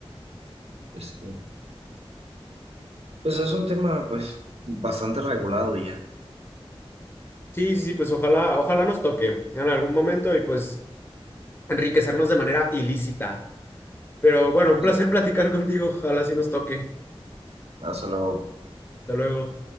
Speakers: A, on the right; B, on the left.
A: Pues, sí. Pues es un tema, pues, bastante regulado y ya.
B: Sí, sí, pues ojalá, ojalá nos toque en algún momento y pues enriquecernos de manera ilícita. Pero bueno, un
A: Pues,
B: placer platicar contigo, ojalá sí nos toque.
A: hasta luego.
B: Hasta luego.